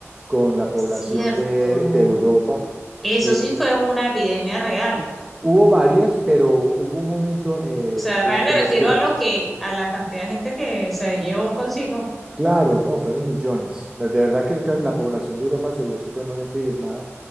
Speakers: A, on the right; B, in the centre.
A: con la población
B: Es cierto,
A: de,
B: ¿no?
A: de Europa.
B: Eso
A: Eh,
B: sí fue una epidemia real.
A: hubo varias, pero hubo un momento eh,
B: O sea,
A: durante
B: real me refiero
A: los oscura.
B: a lo que, a la cantidad de gente que se llevó consigo.
A: Claro, ¿no? Fueron millones. La- De verdad que el ca-
B: Ujú.
A: la población de Europa se vio supremamente diezmada.